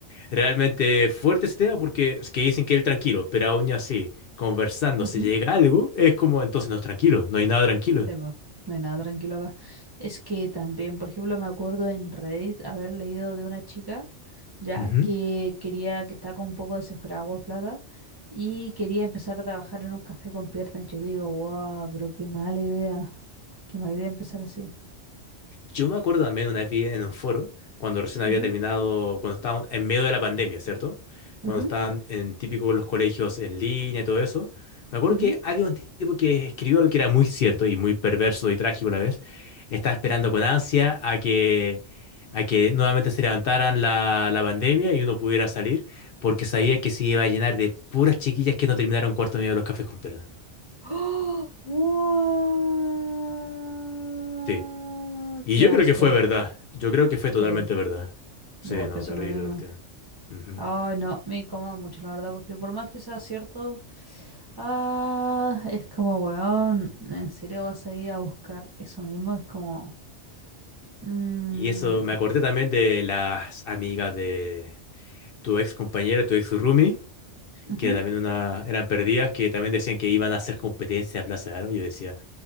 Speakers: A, on the left; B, on the right.
A: realmente fuerte ese tema porque es que dicen que es el tranquilo, pero aún así, conversando,
B: ujú.
A: se llega a algo, es como, entonces no es tranquilo, no hay nada tranquilo.
B: Sí, po, No hay nada tranquilo acá. Es que también, por ejemplo, me acuerdo en Reddit haber leído de una chica, ya,
A: Ujú.
B: que quería, que estaba con un poco desesperada por plata y quería empezar a trabajar en un café con piernas. Y yo digo, wow, pero qué mala idea. Qué mala idea empezar así.
A: Yo me acuerdo también una vez vi en un foro, cuando recién había
B: Ujú,
A: terminado, cuando estaban en medio de la pandemia, ¿cierto?
B: ujú,
A: Cuando estaban en típico los colegios en línea y todo eso. Me acuerdo
B: ujú.
A: que había un tipo que escribió algo que era muy cierto y muy perverso y trágico a la vez. Estaba esperando con ansia a que, a que nuevamente se levantaran la, la pandemia y uno pudiera salir, porque sabía que se iba a llenar de puras chiquillas que no terminaron cuarto medio de los cafés con piernas.
B: ¡Oh! ¡Guau!
A: Sí. Y
B: ¡Qué
A: yo
B: asco!
A: creo que fue verdad. Yo creo que fue totalmente
B: Sí,
A: verdad. Sí,
B: yo igual
A: no,
B: pienso
A: terrible
B: lo mismo.
A: la cuestión. Ujú.
B: Ay, no, me incomoda mucho, la verdad, porque por más que sea cierto, ah, es como, weón, ¿en serio vas a ir a buscar eso mismo? Es como, mm,
A: Y eso, me acordé también de las amigas de tu ex compañera, tu ex roomie,
B: ujú,
A: que también una, eran perdidas, que también decían que iban a hacer competencia a Plaza de Aro. Yo decía,